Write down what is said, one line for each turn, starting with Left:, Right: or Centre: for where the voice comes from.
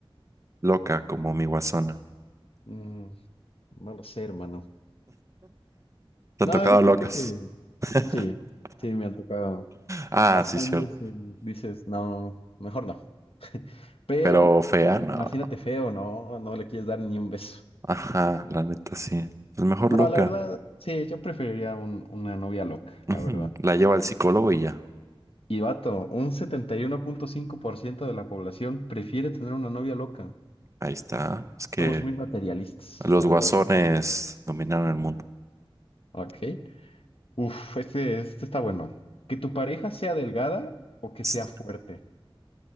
Right: Loca como mi guasona.
Left: Mm, no lo sé, hermano.
Right: Te
Left: No,
Right: han tocado
Left: yo
Right: locas.
Left: creo que sí.
Right: <laughs>
Left: Sí, sí, me ha tocado.
Right: Ah,
Left: bastantes
Right: sí, cierto.
Left: eh, dices, no, mejor no. <laughs> Pero
Right: Pero fea, no.
Left: imagínate feo, ¿no? No le quieres dar ni un beso.
Right: Ajá, la neta sí. Es mejor
Left: No,
Right: loca.
Left: la verdad, sí, yo preferiría un- una novia loca,
Right: Ujú,
Left: la verdad.
Right: La lleva al psicólogo y ya.
Left: Y vato, un setenta y uno punto cinco por ciento de la población prefiere tener una novia loca.
Right: Ahí está. Es que
Left: Somos muy materialistas,
Right: los
Left: la
Right: guasones
Left: verdad.
Right: dominaron el mundo.
Left: Ok. Uf, este, este está bueno. Que tu pareja sea delgada o que
Right: S-
Left: sea fuerte.